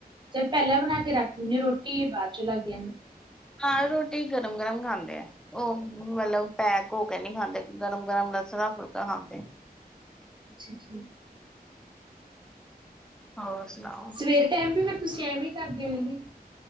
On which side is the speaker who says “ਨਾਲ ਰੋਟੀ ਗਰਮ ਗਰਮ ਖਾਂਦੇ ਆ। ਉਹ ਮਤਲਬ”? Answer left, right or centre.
Centre